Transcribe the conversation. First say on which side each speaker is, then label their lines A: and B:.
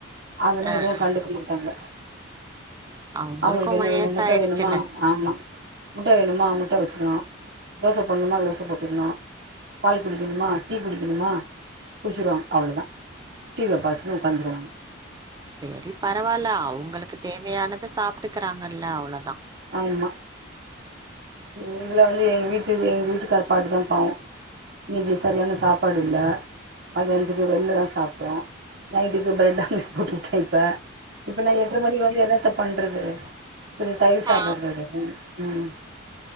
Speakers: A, on the right (about 55°); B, on the right (about 20°).
A: அதல்லாம்
B: ஆ
A: எதுவும்
B: ஆ
A: கண்டுக்க மாட்டாங்க
B: <inaudible>
A: அவங்களுக்கு என்ன
B: வயசாயிடுச்சுல்ல
A: வேணும் முட்ட வேணுமா ஆமா முட்ட வேணுமா முட்ட வச்சுக்கணும் தோச போடணுமா தோச போட்டுக்கணும் பால் குடிக்கிணுமா டீ குடிக்கிணுமா கு டிச்சிருவாங்க அவ்வளவுதான் டிவிய பார்த்துன்னு உட்காந்துருவாங்க
B: செரி பரவாயில்ல அவங்களுக்கு தேவையானதை சாப் இருக்குறாங்களா அவ்ளோதான்
A: ஆமா நீங்களேவே எங்க வீட்டு எங்க வீட்டுக்காரு பாட்டு தான் பாவம் இன்னைக்கு சரியான சாப்பாடு இல்ல மதியானத்துக்கு வெளிள தான் சாப்படுறோம் நைட்டுக்கு பிரட் கூட்டுட்டே இப்ப இப்ப நா எட்ர மணி வந்து என்னத்த பண்றது கொஞ்சோ தயிர் சாதோ
B: ஆ
A: இருந்தது உம்